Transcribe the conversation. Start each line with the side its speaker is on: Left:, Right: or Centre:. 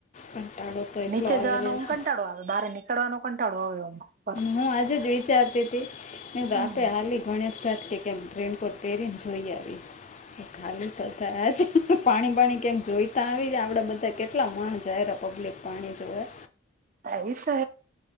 Left: કંટાળો તો એટલો
Right: નીચે
Left: આવેલો
Right: જવાનો, આમ કંટાળો આવે, બારે નીચ ડવાનો, પણ ટાળવા આવ્યો આ
Left: હું આજે જ વિચારતી હતી નહી તો
Right: હમ
Left: આપે, હાલી ગણેશ ઘાટ કે કેમ રેનકોટ પહેરીને, જોઈ આવી, ખાલી તો થ જ પાણી બાણી કેમ જોઈ તો આવી, જ આપણે બધા કેટલા માણ જાયરા પબ્લિક પાણી જોવા.
Right: કઈસ હ.